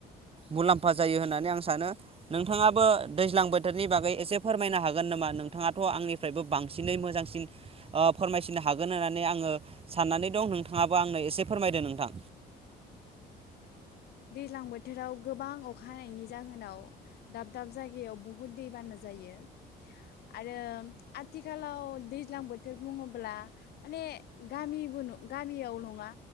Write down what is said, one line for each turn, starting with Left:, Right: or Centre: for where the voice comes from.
Right: मुलाम्फा जायो होननानै आं सानो। नोंथाङाबो दैज्लां बोथोरनि बागै एसे फोरमायनो हागोन नामा नोंथाङाथ' आंनिफ्रायबो बांसिनै मोजांसिन फोरमायसिनो हागोन होननानै आङो साननानै दं नोंथाङाबो आंनो एसे फोरमायदो नोंथां
Left: दैज्लां बोथोराव गोबां अखा हानायनि जाहोनाव दाब दाब जायगायाव बहुद दैबाना जायो आरो आथिखालाव दैज्लां बोथोर बुङोब्ला माने गामिबो गामियाव नङा